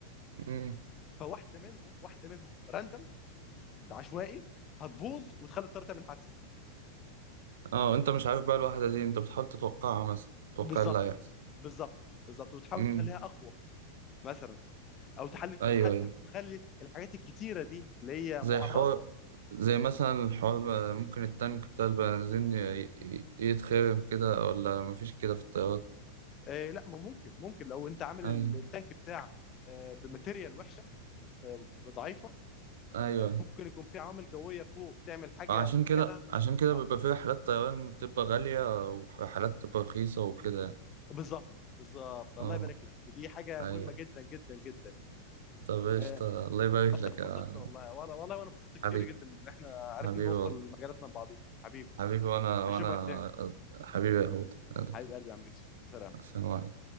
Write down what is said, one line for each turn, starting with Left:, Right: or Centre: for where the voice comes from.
Right: امم
Left: فواحده منهم واحده منهم راندم عشوائي هتبوظ وتخلي الطياره تعمل حادثه
Right: اه وانت مش عارف بقى الواحدة دي انت بتحاول تتوقعها مثلا تتوقع
Left: بالظبط
Right: إيه اللي هيحصل
Left: بالظبط بالظبط وتحاول
Right: امم
Left: تخليها اقوى مثلا او تحلي
Right: ايوه
Left: تح- تح-
Right: ايوه
Left: تخلي الحاجات الكتيره دي اللي هي
Right: زي
Left: معرضه
Right: حوار زي مثلا الحوار آه، ممكن التانك بتاع البنزين ي- ي- يتخرم كده ولا مفيش كده في الطيارات
Left: آه لا ما ممكن ممكن لو انت عامل
Right: ايوه
Left: التانك بتاعك آه بماتيريال وحشه آه ضعيفه
Right: ايوه
Left: ممكن يكون في عوامل جويه فوق تعمل حاجه
Right: عشان
Left: معينه
Right: كده عشان كده
Left: اه
Right: بيبقى في رحلات طيران بتبقى غالية ورحلات بتبقى رخيصة وكده
Left: بالظبط بالظبط الله
Right: اه
Left: يبارك لك دي حاجه
Right: ايوه
Left: مهمه جدا جدا جدا يعني.
Right: طب ايش
Left: آه
Right: الله يبارك
Left: بس انا
Right: لك
Left: اتبسطت
Right: يا
Left: والله والله والله وانا اتبسطت كتير
Right: حبيبي
Left: جدا ان احنا عرفنا
Right: حبيبي
Left: نوصل
Right: والله
Left: لمجالاتنا ببعضينا حبيبي
Right: حبيبي وانا وانا
Left: اشوفك تاني
Right: حبيبي يا هود يلا،
Left: حبيب قلبي يا عم يوسف سلام
Right: سلام عليكم